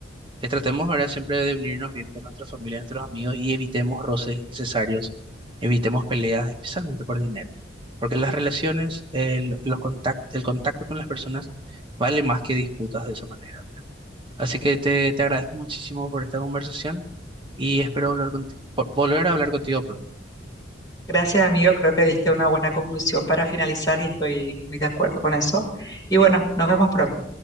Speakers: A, on the right; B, on the left.
A: que tratemos ahora siempre de unirnos bien con nuestra familia, nuestros amigos y evitemos roces innecesarios, evitemos peleas, especialmente por dinero. Porque las relaciones, el, los contact- el contacto con las personas vale más que disputas de esa manera. Así que te, te agradezco muchísimo por esta conversación y espero hablar conti- por- volver a hablar contigo pronto.
B: Gracias, amigo. Creo que diste una buena conclusión para finalizar y estoy muy de acuerdo con eso. Y bueno, nos vemos pronto.